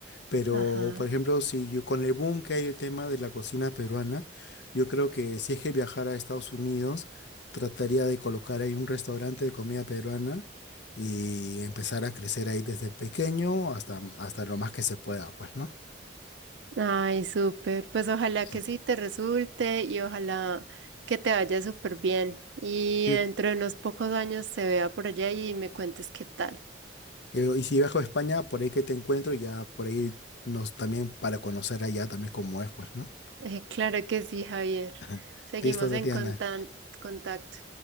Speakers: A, on the left; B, on the right.
A: Pero,
B: Ajá.
A: por ejemplo, si yo con el boom que hay el tema de la cocina peruana, yo creo que si es que viajara a Estados Unidos, trataría de colocar ahí un restaurante de comida peruana y empezar a crecer ahí desde pequeño hasta, hasta lo más que se pueda, pues, ¿no?
B: Ay, súper. Pues ojalá
A: Sí.
B: que sí te resulte y ojalá que te vaya súper bien. Y
A: Yo-
B: dentro de unos pocos años se vea por allá y me cuentes qué tal.
A: yo- y si viajo a España, por ahí que te encuentro, ya por ahí nos también para conocer allá también cómo es, pues, ¿no?
B: Eh, claro que sí, Javier.
A: <laughs>
B: Seguimos
A: Listo, Tatiana.
B: en contan- contacto.